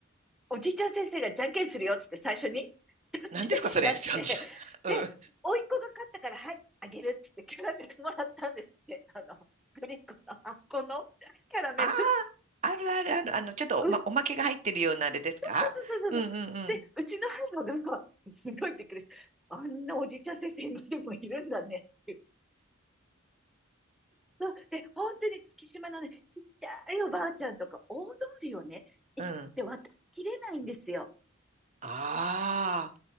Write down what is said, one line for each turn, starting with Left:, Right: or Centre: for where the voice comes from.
Centre: おじいちゃん先生がじゃんけんするよっつって最初に、じゃんけんしだして、
Right: 何ですかそれ。<laughs> ちょ、ち
Centre: で、
Right: ょ、うん。あ
Centre: 甥っ子が勝ったから、はい、あげるっつってキャラメルもらったんですって、あの、グリコの、あっこのキャラメル。
Right: あ、あるあるある。あの、ちょっとおま、
Centre: う、<laughs>
Right: おまけが入ってるようなあれですかうんうんうん。
Centre: そうそうそうそうそうそう。で、うちの母が、<laughs> すごいびっくりした。あんなおじいちゃん先生今でもいるんだねっていうそう。で、本当に月島のね、ちっちゃいおばあちゃんとか、大通りをね、行って渡りきれないんですよ。
Right: うん。ああ、